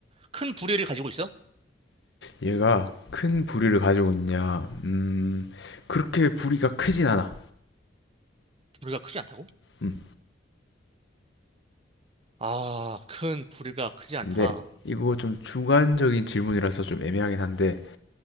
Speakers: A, on the right; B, on the left.
A: 큰 부리를 가지고 있어?
B: 얘가 큰 부리를 가지고 있냐? 음, 그렇게 부리가 크진 않아.
A: 부리가 크지 않다고?
B: 음,
A: 아, 큰 부리가 크지 않다.
B: 근데 이거 좀 주관적인 질문이라서 좀 애매하긴 한데,